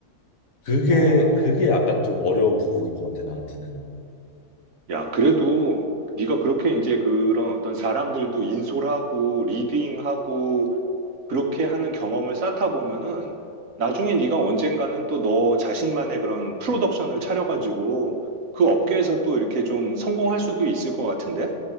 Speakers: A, on the left (about 65°); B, on the right (about 65°).
A: 그게
B: 어,
A: 그게 약간 좀 어려운 부분인 것 같아 나한테는.
B: 야, 그래도 네가 그렇게 이제 그런 어떤 사람들도 인솔하고 리딩하고 그렇게 하는 경험을 쌓다 보면은 나중에 네가 언젠가는 또 너 자신만의 그런 프로덕션을 차려가지고 그 업계에서 또 이렇게 좀 성공할 수도 있을 것 같은데?